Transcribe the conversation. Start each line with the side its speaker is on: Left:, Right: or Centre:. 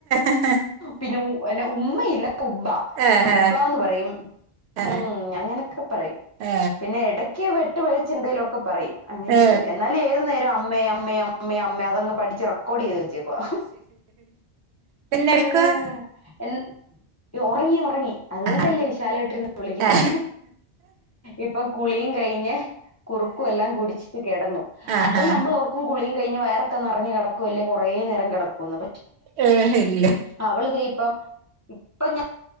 Right: ആഹാ
Left: പിന്നെ ഉമ്മയില്ല ഉംമ്പ
Right: ആഹാ
Left: ഉബ്ബാന്ന് പറയും
Right: ആ
Left: ഉം അങ്ങനൊക്കെ പറയും
Right: ആ
Left: പിന്നെ എടക്ക് വ വഴിച്ച് എന്തേലൊക്കെ പറയും അങ്ങനെയൊക്കെ
Right: ആ
Left: ഉണ്ട് എന്നാലും ഏത് നേരവും അമ്മേ അമ്മേ അമ്മേ അമ്മേ അതങ്ങ് പഠിച്ച് റെക്കോഡ് ചെയ്തു വെ ച്ചേക്കുവ
Right: പിന്നെ എടുക്കുവാ
Left: ആഹ് എഹ് ഉറങ്ങി ഉറങ്ങി അതുകൊണ്ടല്ലേ
Right: ആഹാ
Left: വിശാലായിട്ടിരിന്ന് വിളിക്കുന്നേ
Right: ആ
Left: ഇപ്പൊ കുളിയും കഴിഞ്ഞ് കുറുക്കും എല്ലാം കുടിച്ചിട്ട് കിടന്നു
Right: ആഹാ
Left: അപ്പൊ നമ്മൾ ഓർക്ക കുളിയും കഴിഞ്ഞ് വയറൊക്കെ നിറഞ്ഞ് കിടക്കല്ലേ കുറേ നേരം കിടക്കന്ന്
Right: ഏഹ് എല്ല
Left: അവളിതപ്പം ഇപ്പം <unintelligible>